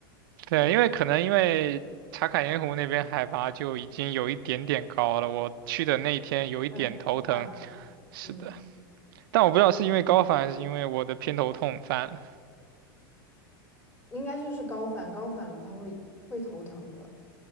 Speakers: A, on the right (about 65°); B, on the left (about 20°).
A: 对，因为可能因为茶卡盐湖那边海拔就已经有一点点高了，我去的那一天有一点头疼，
B: 嗯，算了，
A: 是的，
B: 嗯，
A: 但我不知道是因为高反还是因为我的偏头痛犯了。
B: 应该就是高反，高反了他会会头疼的，